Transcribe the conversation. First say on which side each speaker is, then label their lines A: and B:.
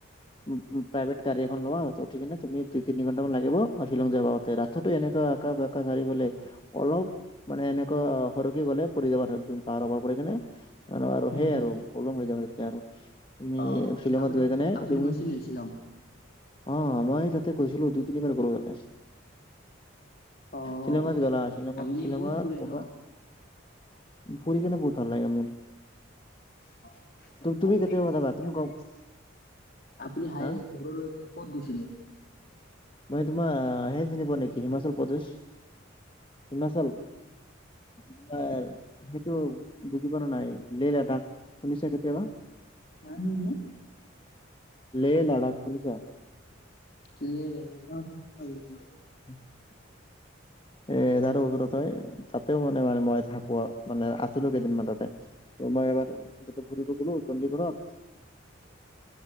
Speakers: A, on the left; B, on the left.
A: <unintelligible> প্ৰাইভেট গাড়ী এখন লোৱা তো, উঠিকেনে তুমি দুই তি-তি-তিনি ঘণ্টামান লাগিব, অ', শ্বিলং যায় পাওঁতে, ৰাস্তাটো এনেকুৱা একা বেঁকা চাৰিওফালে, অলপ মানে এনেকুৱা সৰকি গ'লে পৰি যাব ধ পাহাৰৰ পৰা পৰি কেনে আৰু, আৰু সেই
B: হম।
A: আৰু প্ৰব্লেম হৈ যাব তেতিয়া আৰু। তুমি
B: অ',
A: ফিল্মত
B: আপুনি
A: গৈ কেনে
B: আপুনি
A: তুমি
B: গৈছিলে শ্বিলং?
A: অ', মই তাতে গৈছিলো দুই তিনিবাৰ গ'লো তাতে।
B: অ',
A: শ্বিলংত গ'লা শ্বিলংত,
B: আপুনি
A: শ্বিলংত
B: বহুত ফুৰে
A: <unintelligible>
B: ন?
A: ফুৰি কেনে বহুত ভাল লাগে মোৰ।
B: <unintelligible>
A: তুমি কেতিয়া
B: এতিয়া চবতকে
A: যাবা তুমি
B: হায়েষ্ট
A: কম
B: আপুনি হায়েষ্ট
A: হা
B: দূৰলৈকে ক'ত গৈছিলে?
A: মই তোমাৰ হেই চিনি পোৱা নেকি হিমাচল প্ৰদেচ? হিমাচল <inaudible> কিন্তু বুজি পোৱা ন নাই লেহ লেদাক শুনিছে কেতিয়াবা?
B: <unintelligible>
A: লে, লাডাখ শুনিছা?
B: <unintelligible>
A: <unintelligible> এ, তাৰে ওচৰতে তাতেও মানে, মানে মই থাকোঁ আৰু মানে আছিলোঁ কেইদিনমান তাতে। ত' মই এবাৰ তাতে ফুৰিব গ'লো চণ্ডীগৰত।